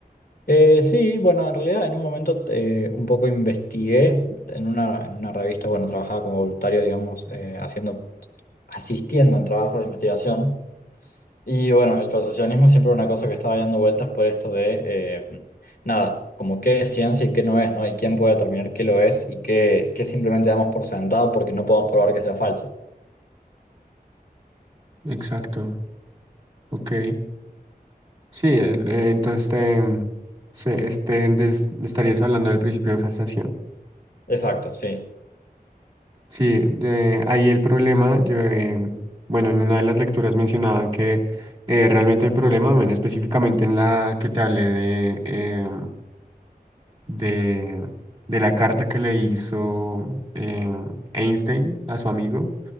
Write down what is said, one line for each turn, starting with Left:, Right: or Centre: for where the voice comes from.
Left: Eh, sí, bueno, en realidad en un momento eh, un poco investigué en una, en una revista, bueno, trabajaba como voluntario, digamos, eh, haciendo, asistiendo en trabajos de investigación. Y bueno, el falsacionismo siempre era una cosa que estaba dando vueltas por esto de, eh, nada, como qué es ciencia y qué no es, ¿no? Y quién puede determinar qué lo es y qué, qué simplemente damos por sentado porque no podemos probar que sea falso.
Right: Exacto, ok. Sí, el- eh, entonces te, se, este, des- estarías hablando del principio de falsación.
Left: Exacto, sí.
Right: Sí, de ahí el problema, yo, eh, bueno, en una de las lecturas mencionaban que eh, realmente el problema, bueno, específicamente en la que te hablé de, eh, de, de la carta que le hizo eh, Einstein a su amigo,